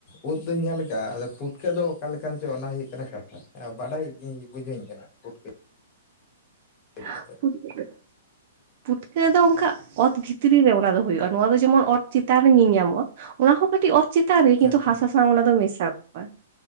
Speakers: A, on the left; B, on the right.
A: ᱩᱫ ᱫᱩᱧ ᱧᱮᱞ ᱠᱟᱜ-ᱟ ᱟᱫᱚ ᱯᱩᱴᱠᱟᱹ ᱫᱚ ᱚᱠᱟ ᱞᱮᱠᱼᱼ ᱠᱟᱱ ᱪᱚ ᱚᱱᱟ ᱦᱩᱭᱩᱜ ᱠᱟᱱᱟ ᱠᱟᱛᱷᱟ ᱟᱸ ᱵᱟᱰᱟᱭ ᱜᱤᱸᱭ ᱵᱩᱡᱷᱟᱹᱧ ᱠᱟᱱᱟ ᱯᱩᱴᱠᱟᱹ᱾ ᱤᱫᱤ
B: <unintelligible>
A: ᱠᱟᱛᱮᱫ
B: ᱯᱩᱴᱠᱟᱹ ᱫᱚ ᱚᱱᱠᱟ ᱚᱛ ᱵᱷᱤᱛᱨᱤ ᱨᱮ ᱚᱱᱟ ᱫᱚ ᱦᱩᱭᱩᱜ-ᱟ ᱱᱚᱣᱟ ᱫᱚ ᱡᱮᱢᱚᱱ ᱚᱛ ᱪᱮᱛᱟᱱ ᱨᱮ ᱧᱮᱞ ᱧᱟᱢᱚᱜ-ᱟ᱾ ᱚᱱᱟ ᱦᱚᱸ ᱠᱟᱹᱴᱤᱡ ᱚᱛ ᱪᱮᱛᱟᱱ ᱨᱮ ᱠᱤᱱᱛᱩ
A: ᱟᱪᱪᱷᱟ
B: ᱦᱟᱥᱟ ᱥᱟᱶ ᱚᱱᱟ ᱫᱚ ᱢᱮᱥᱟ ᱠᱚᱜ-ᱟ᱾